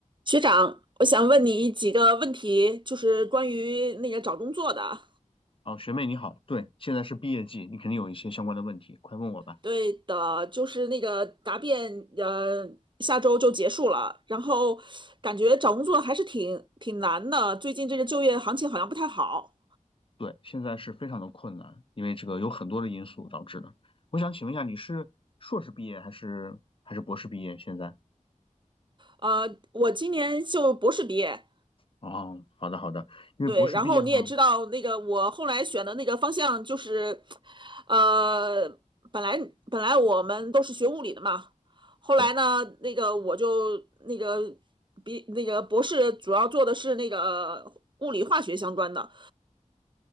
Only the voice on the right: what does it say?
学长，我想问你几个问题，就是关于那个找工作的。
对的，就是那个答辩，呃，下周就结束了。然后感觉找工作还是挺挺难的，最近这个就业行情好像不太好。
呃，我今年就博士毕业，
对，然后你也知道，那个我后来选的那个方向就是，呃，本来本来我们都是学物理的嘛，后来呢，
那个我就那个比那个博士主要做的是那个物理化学相关的，